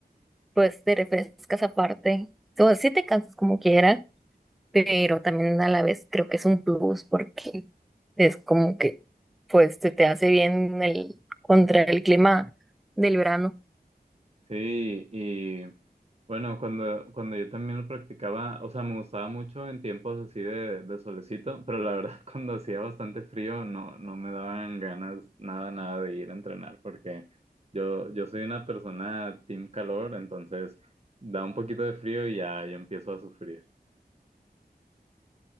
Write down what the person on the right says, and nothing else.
Sí, y bueno, cuando, cuando yo también lo practicaba, o sea, me gustaba mucho en tiempos así de, de solecito, pero la verdad <laughs> cuando hacía bastante frío no, no me daban ganas nada, nada de ir a entrenar, porque yo, yo soy una persona team calor, entonces da un poquito de frío y ya yo empiezo a sufrir.